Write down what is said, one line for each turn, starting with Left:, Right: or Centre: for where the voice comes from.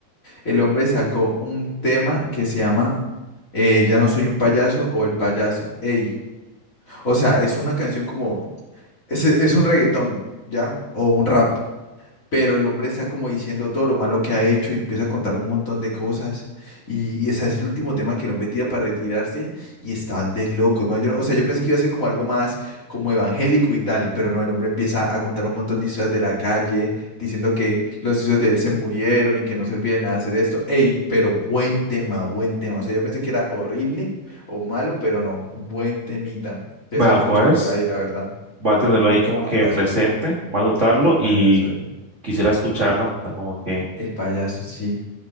Left: el hombre sacó un tema que se llama eh, Ya no soy un payaso o El payaso. Ey. O sea, es una canción como, es, es un reggaetón, ¿ya? O un rap pero el hombre está como diciendo todo lo malo que ha hecho y empieza a contar un montón de cosas. Y, y ese es el último tema que el hombre tira para retirarse y está de loco. ¿no? Yo- no, o sea, yo pensé que iba a ser como algo más como evangélico y tal, pero no, el hombre empieza a contar un montón de historias de la calle, diciendo que los hijos de él se murieron y que no servía de nada hacer esto. Ey, pero buen tema, buen tema. O sea, yo pensé que era horrible o malo, pero no, buen temita. Tienes
Right: Bueno,
Left: que escucharlo
Right: pues
Left: por ahí, la verdad.
Right: va a tenerlo ahí como
Left: El payaso.
Right: que presente, va a notarlo
Left: El payaso,
Right: y
Left: el
Right: quisiera escucharla. O sea, como que,
Left: el payaso, sí.